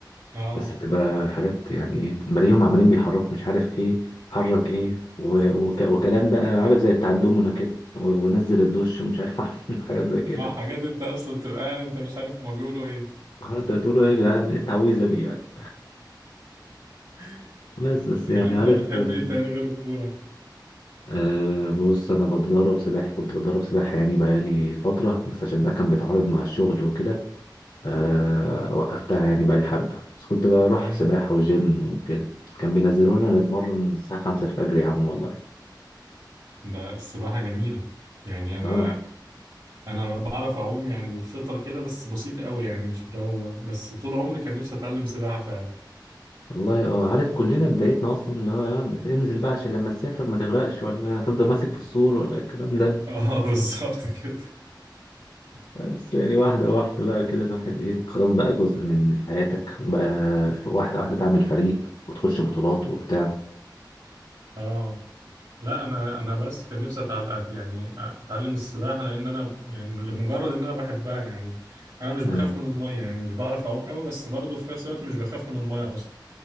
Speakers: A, on the right; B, on the left.
A: أه
B: بس بتبقى حاجات يعني ايه بلاقيهم عمالين بيحركوا مش عارف ايه حرك ايه و... وك... وكلام بقى عارف زي بتاع الدومنا كده و... ونزل الدش ومش عارف <laughs> حاجات زي كده
A: اه حاجات انت اصلا تبقى قاعد انت مش عارف هما بيقولوا ايه
B: آه، انت بتقولوا ايه يا جدعان ايه التعويذه دي يعني
A: <laughs>
B: بس بس يعني
A: لو انت
B: عارف
A: بتحب
B: آه،
A: ايه تاني غير الكورة
B: أه بص انا بتدرب سباحه كنت بتدرب سباحه يعني بقالي فتره بس عشان ده كان بيتعارض مع الشغل وكده أه وقفتها يعني بقالي حبه بس كنت بروح
A: مم.
B: سباحه وجيم وكده كان بينزلونا نتمرن الساعه 5 الفجر يا عم والله
A: ده السباحة جميلة يعني أنا
B: اه
A: أنا بعرف أعوم يعني بالفطرة كده بس بسيط قوي يعني مش اللي هو بس طول عمري كان نفسي أتعلم سباحة فعلا
B: والله اه عارف كلنا بدايتنا اصلا اللي هو يعني انزل بقى عشان لما تسافر ما تغرقش ولا هتفضل ماسك في السور ولا الكلام ده
A: اه <laughs> بالظبط كده
B: بس يعني واحده واحده بقى كده الواحد ايه خلاص بقى جزء من حياتك وبقى واحده واحده تعمل فريق وتخش بطولات وبتاع
A: اه لا أنا أنا بس كان نفسي أتعلم يعني أتعلم السباحة لأن أنا يعني لمجرد إن أنا بحبها يعني أنا مش
B: أيوة.
A: بخاف من المية يعني مش بعرف أعوم قوي بس برضه في نفس الوقت مش بخاف من المية أصلا